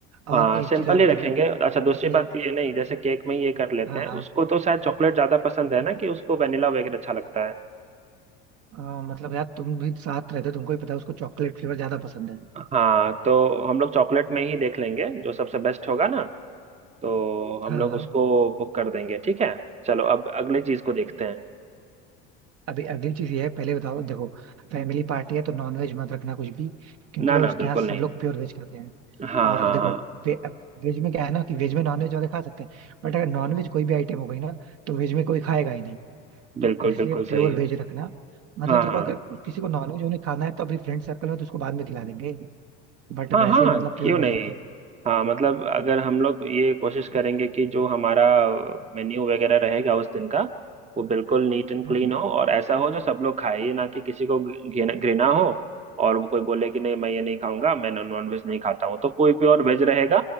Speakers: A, on the right (about 55°); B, on the right (about 25°).
A: और
B: हाँ
A: एक
B: सिंपल
A: चीज और
B: ही
A: बताओ
B: रखेंगे अच्छा दूसरी
A: जैसे
B: बात ये नहीं जैसे केक में ये कर लेते
A: हाँ
B: हैं
A: हाँ
B: उसको तो शायद चॉकलेट ज्यादा पसंद है ना कि उसको वेनिला वगैरह अच्छा लगता है
A: अ, मतलब यार तुम भी साथ रहते हो तुमको ही पता है उसको चॉकलेट फ्लेवर ज्यादा पसंद है
B: हाँ तो हम लोग चॉकलेट में ही देख लेंगे जो सबसे बेस्ट होगा ना तो हम
A: हाँ
B: लोग
A: हाँ
B: उसको बुक कर देंगे ठीक है चलो अब अगली चीज को देखते हैं
A: अभी अगली चीज ये है पहले बताओ देखो फैमिली पार्टी है तो नॉनवेज मत रखना कुछ भी क्योंकि
B: ना
A: भाई
B: ना
A: उसके
B: बिल्कुल
A: यहाँ सब
B: नहीं
A: लोग प्योर वेज खाते हैं
B: हाँ
A: और
B: हाँ
A: देखो
B: हाँ
A: वे, वेज में क्या है ना कि वेज में नॉनवेज वाले खा सकते हैं बट अगर नॉनवेज कोई भी आइटम हो गई ना तो वेज में कोई खाएगा ही नहीं तो
B: बिल्कुल
A: इसलिए
B: बिल्कुल
A: प्योर
B: सही
A: वेज रखना मतलब
B: हाँ
A: देखो
B: हाँ
A: अगर किसी को नॉनवेज उन्हें खाना है तो अपनी फ्रेंड सर्कल में तो उसको बाद में खिला देंगे बट
B: हाँ
A: वैसे
B: हाँ
A: मतलब प्योर
B: क्यों
A: वेज
B: नहीं
A: रख सकते हैं
B: हाँ मतलब अगर हम लोग ये कोशिश करेंगे कि जो हमारा मेन्यू वगैरह रहेगा उस दिन का वो बिल्कुल नीट एंड क्लीन
A: हम्म
B: हो और ऐसा हो जो सब लोग खाए ये ना कि किसी को घिन- घृणा हो और वो कोई बोले कि नहीं मैं ये नहीं खाऊंगा मैं नॉन वेज नहीं खाता हूँ तो कोई प्योर वेज रहेगा